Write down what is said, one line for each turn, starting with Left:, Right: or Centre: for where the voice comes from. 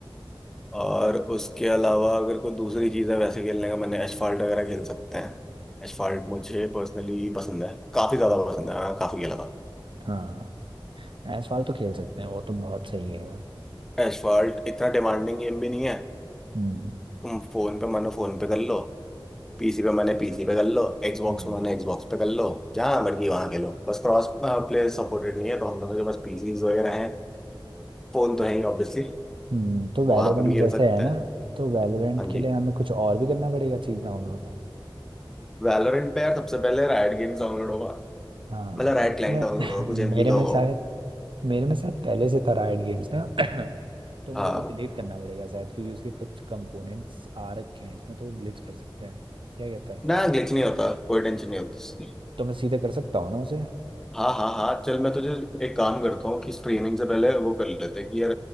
Centre: और उसके अलावा अगर कोई दूसरी चीज़ है वैसे खेलने का मैंने एसफॉल्ट वगैरह खेल सकते हैं एसफॉल्ट मुझे पर्सनली पसंद है काफ़ी ज़्यादा पसंद है हाँ काफ़ी खेला था
Right: हाँ एसवाल तो खेल सकते हैं वो तो बहुत सही है
Centre: एसफॉल्ट इतना डिमांडिंग गेम भी नहीं है
Right: हम्म
Centre: तुम फ़ोन पे मानो फ़ोन पे कर लो पीसी पे मैंने पीसी पे कर लो Xbox
Right: हम्म।
Centre: पे मैंने Xbox पे कर लो जहाँ मर्जी वहाँ खेलो बस क्रॉस प्ले सपोर्टेड नहीं है तो हम लोगों के पास पीसीज वगैरह हैं फ़ोन तो है ही ऑब्वियसली
Right: हम्म, तो वैलोरेंट
Centre: वहाँ पे भी
Right: ये
Centre: खेल
Right: जैसे
Centre: सकते
Right: तो है ना
Centre: हैं
Right: होता है तो वैलोरेंट
Centre: हाँ
Right: के
Centre: जी
Right: लिए हमें कुछ और भी करना पड़ेगा चीज डाउनलोड
Centre: वैलोरेंट पे यार सबसे पहले रायट गेम्स डाउनलोड होगा
Right: हाँ
Centre: मतलब रायट क्लाइंट
Right: मैं-
Centre: डाउनलोड
Right: <laughs>
Centre: होगा कुछ एमबी
Right: मेरे
Centre: का
Right: में
Centre: होगा
Right: शायद
Centre: वो।
Right: मेरे में शायद पहले से था राइट गेम्स ना <clears throat> तो मुझे
Centre: हाँ
Right: वो डिलीट करना पड़ेगा शायद क्योंकि उसके कुछ कंपोनेंट्स आ रखे हैं इसमें तो वो ग्लिच कर सकते हैं क्या कहता है
Centre: ना ग्लिच नहीं होता कोई टेंशन नहीं होती इसकी
Right: तो मैं सीधे कर सकता हूँ ना उसे
Centre: हाँ हाँ हाँ चल मैं तुझे एक काम करता हूँ कि स्ट्रीमिंग से पहले वो कर लेते हैं कि यार